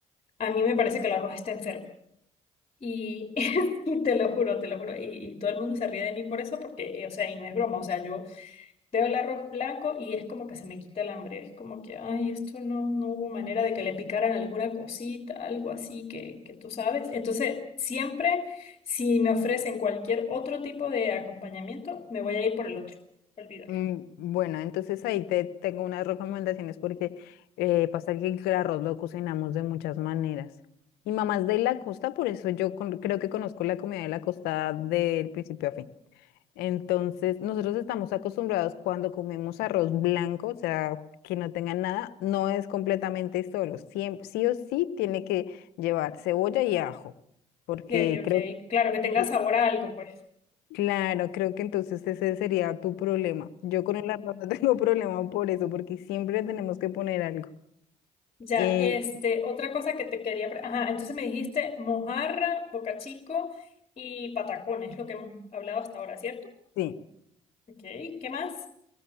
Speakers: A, on the left; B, on the left.
A: a mí me parece que el arroz está enfermo. Y, <laughs> y te lo juro, te lo juro. Y, y todo el mundo se ríe de mí por eso, porque, eh, o sea, y no es broma, o sea, yo veo el arroz blanco y es como que se me quita el hambre, es como que, ay, esto no, no hubo manera de que le picaran alguna cosita, algo así que, que tú sabes. Entonces, siempre, si me ofrecen cualquier otro tipo de acompañamiento, me voy a ir por el otro, olvídalo.
B: Mm, Bueno, entonces ahí te tengo unas recomendaciones porque eh, pasa que el arroz lo cocinamos de muchas maneras. y mamás de la costa, por eso yo con- creo que conozco la comida de la costa del principio a fin. Entonces, nosotros estamos acostumbrados cuando comemos arroz blanco, o sea, que no tenga nada, no es completamente solo. Siempre, sí o sí tiene que llevar cebolla y ajo, porque
A: Ok, ok,
B: creo,
A: claro, que tenga
B: cre-
A: sabor a algo, pues.
B: claro, creo que entonces ese sería tu problema. Yo con el arroz no tengo <laughs> problema por eso, porque siempre tenemos que poner algo.
A: Ya,
B: Eh,
A: este, otra cosa que te quería... pre- Ajá, entonces me dijiste mojarra, bocachico y patacón, es lo que hemos hablado hasta ahora, ¿cierto?
B: sí.
A: Ok, ¿qué más?